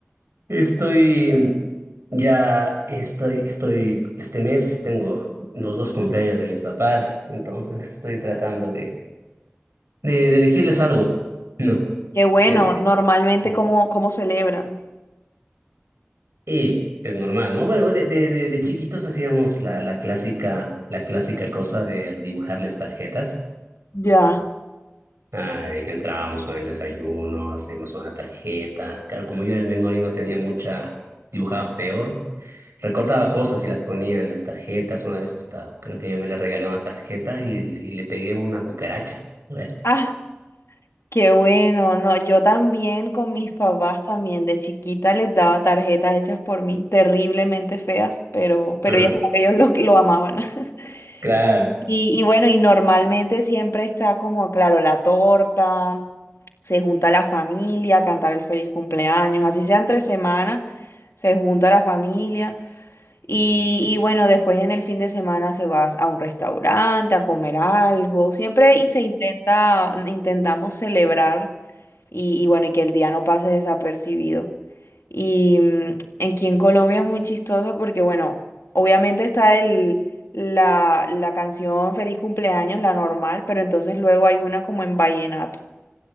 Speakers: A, on the right; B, on the left.
A: Estoy ya estoy, estoy, este mes tengo los dos cumpleaños de mis papás, entonces estoy tratando de, de elegirles algo, <laughs> ¿no?
B: Qué bueno,
A: Porque
B: normalmente
A: eh,
B: cómo, cómo celebran.
A: y es normal, ¿no? Bueno, de, de, de, de chiquitos hacíamos la, la clásica, la clásica cosa de dibujarles tarjetas.
B: Ya.
A: Ah, de que entrábamos con el desayuno, hacíamos una tarjeta. Claro, como yo era el menor y no tenía mucha, dibujaba peor. Recordaba cosas y las ponía en las tarjetas. Una vez hasta, creo que yo me le regalé una tarjeta y, y le pegué una cucaracha. Bueno.
B: Ah, qué bueno. No, yo también con mis papás también de chiquita les daba tarjetas hechas por mí, terriblemente feas, pero, pero
A: Ajá.
B: ellas- ellos lo, lo amaban. <laughs>
A: Claro.
B: Y, y bueno, y normalmente siempre está como, claro, la torta, se junta la familia a cantar el feliz cumpleaños, así sean tres semanas, se junta la familia y, y bueno, después en el fin de semana se va a un restaurante a comer algo. Siempre y se intenta, intentamos celebrar y, y bueno, y que el día no pase desapercibido. Y mm, aquí en Colombia es muy chistoso porque, bueno, obviamente está el, la, la canción Feliz cumpleaños, la normal, pero entonces luego hay una como en vallenato